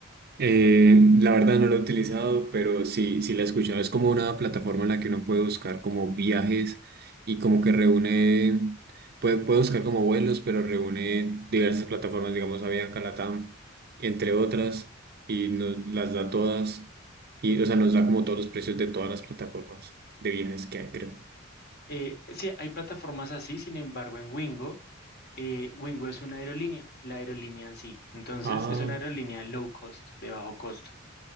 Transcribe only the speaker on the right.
Eh, la verdad no lo he utilizado, pero sí, sí la he escuchado. Es como una plataforma en la que uno puede buscar como viajes y como que reúne, puede, puede buscar como vuelos, pero reúne diversas plataformas, digamos Avianca, Latam, entre otras, y nos las da todas, y o sea, nos da como todos los precios de todas las plataformas de viajes que hay, creo.
Ah,